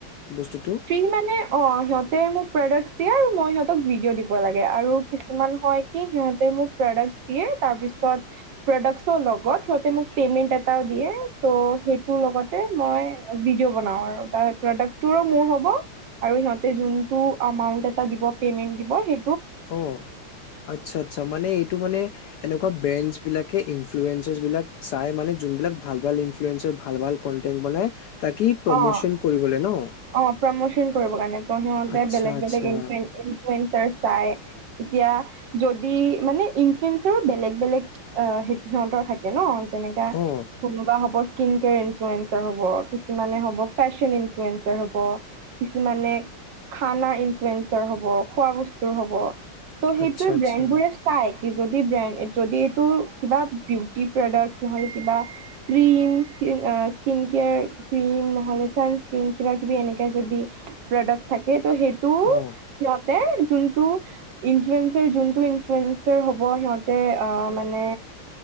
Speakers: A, on the left (about 85°); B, on the right (about 65°).
A: বস্তু
B: ফ্ৰী মানে অ', সিহঁতে মোক প্ৰডাক্টচ দিয়ে, মই সিহঁতক ভিডিঅ' দিব লাগে আৰু কিছুমান হয়, কি সিহঁতে মোক প্ৰডাক্ট দিয়ে, তাৰ পিছত প্ৰডাক্টছৰ লগত সিহঁতে মোক পেমেণ্ট এটাও দিয়ে, ত' সেইটোৰ লগতে মই ভিডিঅ' বনাওঁ আৰু তাৰ প্ৰডাক্টটোৰো মোৰ হ'ব আৰু সিহঁতে যোনটো আমাউনত এটা দিব, পেমেণ্ট দিব সে
A: অ', আচ্ছা আচ্ছা, মানে এইটো মানে এনেকুৱা ব্ৰেনচ বিলাকে ইনফ্লুৱেনঞ্চাৰচ বিলাক চাই মানে, যোনবিলাক ভাল ভাল ইনফ্লুৱেঞ্চাৰ ভাল ভাল কন্টেন্ট বনাই তাকি প্ৰমোচন
B: অ
A: কৰিবলৈ ন'।
B: অ', প্ৰমোচন কৰিব কাৰণে, ত' সিহঁতে
A: আচ্ছা
B: বেলেগ
A: আচ্ছা
B: বেলেগ ইনফ্লুৱেঞ্চাৰ চাই, এতিয়া যদি মানে ইনফ্লুয়েঞ্চাৰো বেলেগ বেলেগ অ', সিহতঁৰ থাকে ন', যেনেকা
A: অ
B: কোনোবা হ'ব স্কিন কেয়াৰ ইনফ্লুৱেঞ্চাৰ হ'ব, কিছুমানে হ'ব ফেশ্বন ইনফ্লয়েঞ্চা হ'ব কিছুমানে খানা ইনফ্লয়েঞ্চাৰ হ'ব, খোৱা বস্তুৰ হ'ব। ত' সেইটোৱে
A: আচ্ছা আচ্ছা
B: ব্ৰেণ্ড বোৰে চাই। যদি ব্ৰেণ্ড যদি এইটো কিবা, বিউটি প্ৰডাক্ট নহ'লে কিবা ক্ৰীম, স্কিন কেয়াৰ ক্ৰীম, নহ'লে চান স্কিন কিবা কিবি এনেকা যদি প্ৰডাক্ট থাকে ত' সেইটো
A: অ
B: সিহঁতে কিন্তু ইনফ্লুৱেঞ্চাৰ, যোনটো ইনফ্লুৱেঞ্চাৰ হ'ব সিহঁতে অ', মানে